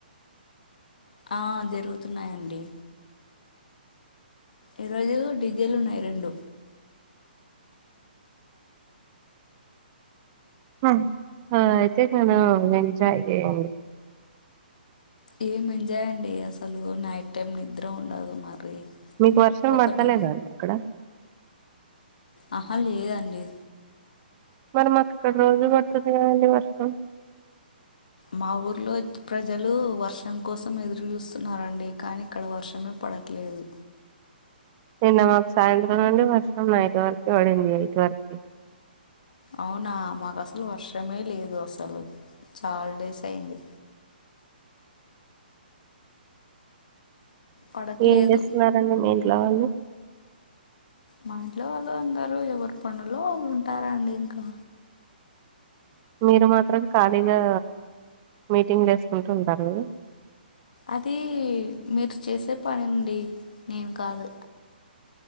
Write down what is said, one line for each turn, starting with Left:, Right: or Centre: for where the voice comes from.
Left: ఆ జరుగుతున్నాయండి ఈ రోజు డీజేలు ఉన్నాయి రెండు
Right: అ ఆ అయితే <unintelligible> మీరు ఎంజాయ్ చేయండి
Left: ఏం ఎంజాయ్ అండి అసలు నైట్ టైం నిద్ర ఉండదు మరి
Right: మీకు వర్షం
Left: ఒకటే
Right: పడతలేదండి అక్కడ
Left: ఆహా లేదండి
Right: మరి మాకక్కడ రోజు పడుతుంది కదండి వర్షం
Left: మా ఊర్లో ప్రజలు వర్షం కోసం ఎదురు చూస్తున్నారండి కానీ ఇక్కడ వర్షమే పడ ట్లేదు
Right: నిన్న మాకూ సాయంత్రం నుండి వర్షం నైట్ వర్క్ పడింది ఎయిట్ వర్క్
Left: అవునా మాకు అసలు వర్షమే లేదు అసలు చాలా డేస్ అయింది పడట్లేదు
Right: ఏం చేస్తున్నారంండి మీ ఇంట్లో వాళ్ళు
Left: మా ఇంట్లో వాళ్ళు అందరు ఎవరి పనులో వాళ్ళు ఉంటారండి ఇంకా
Right: మీరు మాత్రం ఖాళీగా మీటింగ్ వేసుకుంటూ ఉంటరు కదా
Left: అది మీరు చేసే పని అండి నేను కాదు